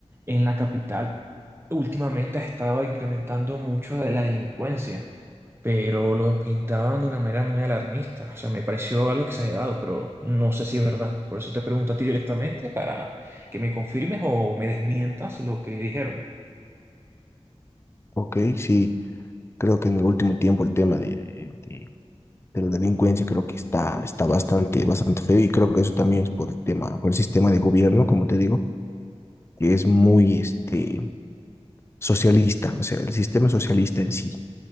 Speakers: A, on the right (about 20°); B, on the left (about 20°).
A: en la capital últimamente ha estado incrementando mucho la delincuencia. pero lo pintaban de una manera muy alarmista. O sea, me pareció algo exagerado, pero no sé si es verdad. Por eso te pregunto a ti directamente para que me confirmes o me desmientas lo que dijeron.
B: Ok, sí, creo que en el último tiempo el tema de, de, de la delincuencia creo que está, está bastante, bastante feo y creo que eso también es por el tema, por el sistema de gobierno, como te digo, que es muy este, socialista, o sea, el sistema socialista en sí,